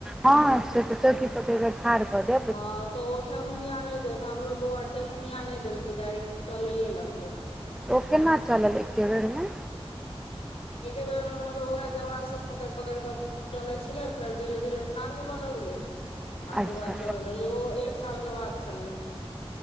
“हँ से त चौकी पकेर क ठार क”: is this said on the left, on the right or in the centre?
Centre